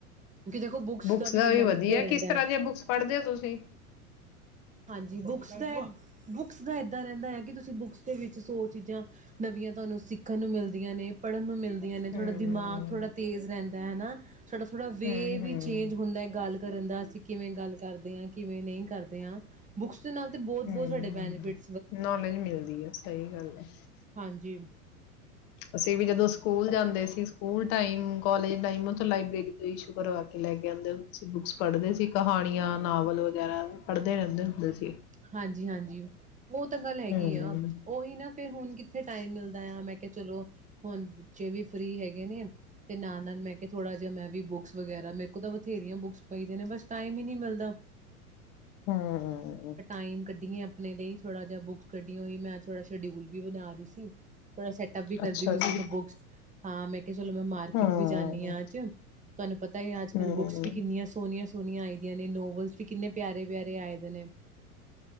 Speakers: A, on the right (about 15°); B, on the left (about 45°).
A: ਕਿਉਂਕਿ ਦੇਖੋ
B: ਬੁੱਕਸ ਦਾ
A: ਕਿੰਨਾ
B: ਵੀ ਵਧੀਆ
A: ਰਹਿੰਦਾ
B: ਕਿਸ ਤਰ੍ਹਾਂ
A: ਹੈ
B: ਦੀਆਂ ਬੁੱਕਸ ਪੜ੍ਹਦੇ ਹੋ ਤੁਸੀਂ?
A: ਹਾਂਜੀ ਬੁੱਕਸ ਦਾ ਬੁੱਕਸ ਦਾ ਇੱਦਾਂ ਰਹਿੰਦਾ ਹੈ ਕਿ ਤੁਸੀਂ ਬੁੱਕਸ ਦੇ ਵਿੱਚ ਸੌ ਚੀਜ਼ਾਂ ਨਵੀਆਂ ਤੁਹਾਨੂੰ ਸਿੱਖਣ ਨੂੰ ਮਿਲਦੀਆਂ ਨੇ ਪੜ੍ਹਨ ਨੂੰ ਮਿਲ ਨੇ
B: ਹੂੰ,
A: ੋੜਾ <unintelligible> ਦਿਮਾਗ ਥੋੜਾ ਤੇਜ਼ ਰਹਿੰਦਾ ਹੈ ਨਾ, ਸਾਡਾ ਥੋੜ੍ਹਾ ਵੇ
B: ਹੂੰ,
A: ਵੀ
B: ਹੂੰ,
A: ਚੇਂਜ ਹੁੰਦਾ ਹੈ ਗੱਲ ਕਰਨ ਦਾ ਅਸੀਂ ਕਿਵੇਂ ਗੱਲ ਕਰਦੇ ਹਾਂ ਕਿਵੇਂ ਨਹੀਂ ਕਰਦੇ ਹਾਂ। ਬੁਕਸ ਦੇ ਨਾਲ ਬਹੁਤ
B: ਹੂੰ।
A: ਬਹੁਤ ਸਾਡੇ ਬੈਨੀਫਿਟ
B: ਨੌਲੇਜ ਮਿਲਦੀ ਹੈ, ਸਹੀ ਗੱਲ ਹੈ।
A: ਹਾਂਜੀ
B: ਅਸੀਂ ਵੀ ਜਦੋਂ ਸਕੂਲ ਜਾਂਦੇ ਸੀ ਸਕੂਲ ਟਾਈਮ ਕਾਲਜ ਟਾਈਮ ਉੱਥੋਂ ਲਾਇਬ੍ਰੇਰੀ ਤੋਂ ਇਸ਼ੂ ਕਰਵਾ ਕੇ ਲੈ ਕੇ ਆਉਦੇ ਸੀ ਬੁੱਕਸ ਪੜ੍ਹਦੇ ਸੀ ਕਹਾਣੀਆਂ ਨਾਵਲ ਵਗੈਰਾ ਪੜ੍ਹਦੇ ਰਹਿੰਦੇ ਹੁੰਦੇ ਸੀ।
A: ਹਾਂਜੀ-ਹਾਂਜੀ, ਉਹ ਤਾਂ ਗੱਲ ਹੈਗੀ
B: ਹੂੰ
A: ਆ, ਉਹੀ ਨਾ ਫਿਰ ਹੁਣ ਕਿੱਥੇ ਟਾਈਮ ਮਿਲਦਾ। <unintelligible> ਮੈਂ ਕਿਹਾ ਚਲੋ ਹੁਣ, ਬੱਚੇ ਵੀ ਫ੍ਰਰੀ ਹੈਗੇ ਨੇ, ਤੇ ਨਾਲ ਨਾਲ ਮੈਂ ਕੇ ਥੋੜਾ ਜਿਹਾ ਮੈਂ ਵੀ ਬੁੱਕਸ ਵਗੈਰਾ, <unintelligible> ਮੇਰੇ ਕੋ ਤਾਂ ਬਥੇਰੀਆਂ ਬੁੱਕਸ ਪਈ ਦੀਆਂ ਨੇ ਬਸ ਟਾਈਮ ਹੀ ਨਹੀਂ ਮਿਲਦਾ।
B: ਹੂ ਹੂ ਹੂ
A: ਟਾਇਮ ਕੱਢੀ ਆਪਣੇ ਲਈ ਥੋੜਾ ਜਿਹਾ ਬੁੱਕਸ ਕੱਢੀ ਹੋਈ ਮੈਂ ਥੋੜਾ ਸ਼ਡਿਊਲ ਵੀ ਬਣਾ ਰਹੀ ਸੀ। ਥੋੜਾ ਸੈਟਅਪ ਵੀ ਕਰਦੀ
B: ਅੱਛਾ
A: ਪਈ ਸੀ
B: ਜੀ
A: ਮੈਂ ਬੁਕਸ। ਹਾਂ ਮੈਂ। ਚਲੋ ਮੈਂ ਮਾਰਕੀਟ
B: ਹੂੰ
A: ਵੀ ਜਾਂਦੀ ਆ ਅੱਜ ਤੁਹਾਨੂੰ ਪਤਾ ਹੀ ਅੱਜ ਕੱਲ
B: ਹੂੰ
A: ਬੁੱਕਸ ਵੀ ਕਿੰਨੀਆਂ ਸੋਹਣੀਆਂ ਸੋਹਣੀਆਂ ਆਈ ਦੀਆਂ ਨੇ ਨੋਵਲਸ ਵੀ ਕਿੰਨੇ ਪਿਆਰੇ ਪਿਆਰੇ ਆਏ। ਅ <unintelligible>